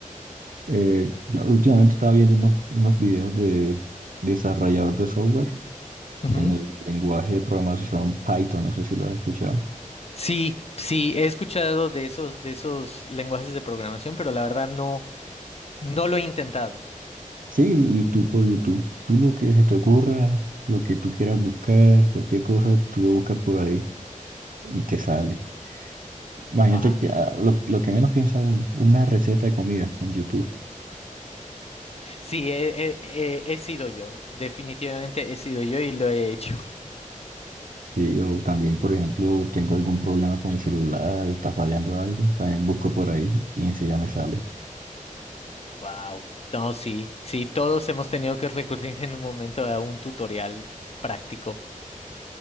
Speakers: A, on the right (about 80°); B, on the left (about 45°).
A: eh, yo últimamente estaba viendo unos, unos videos de desarrollador de software
B: ujú.
A: en el lenguaje de programación Python, no sé si lo has escuchado.
B: Sí, sí, he escuchado de esos, de esos lenguajes de programación, pero la verdad no, no lo he intentado.
A: Sí, y tú por YouTube, tú lo que se te ocurra, lo que tú quieras buscar, cualquier cosa, tú lo buscas por ahí y te sale. Imagínate
B: Ah,
A: que ah, lo, lo que menos piensa uno, una receta de comida en YouTube.
B: sí, he, he- he- he sido yo, definitivamente he sido yo y lo he hecho. <laughs>
A: Sí, yo también, por ejemplo, tengo algún problema con el celular, está fallando algo, también busco por ahí y enseguida me sale.
B: Wow. No, sí, sí, todos hemos tenido que recurrir en un momento a un tutorial práctico.